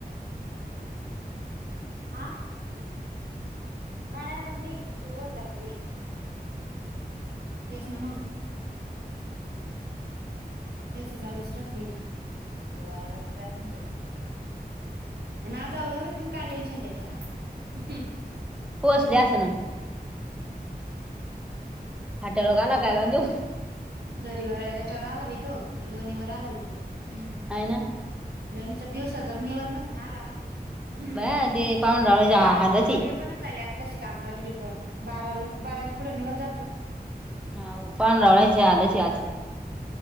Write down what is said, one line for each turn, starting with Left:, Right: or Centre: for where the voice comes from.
Right: आं, नाळ्यामध्ये सुरुवन जाते ते, येस नावा. त्याच चालू असल बेगनवर जात <unintelligible> नाहीई ना जाऊ जाऊ तुम्ही <unintelligible>
Centre: पोसले असन, फाट्यावर आला काय गं त्यो
Right: झरी व याच्यारा आलावात <unintelligible> लोणीवर आलाल की हम्म.
Centre: आहे ना.
Right: लणीचा दिवसाचा निवत नसे ना आला अजून, हम्
Centre: बया ते पाहुणरावळ्याच्या
Right: बया
Centre: हालचे
Right: काम त्रेपन च झाल्यात आ तशी गा रात्री पण, बाराला बाराच्या पुढे निवेद जातो.
Centre: <unintelligible> आलच आज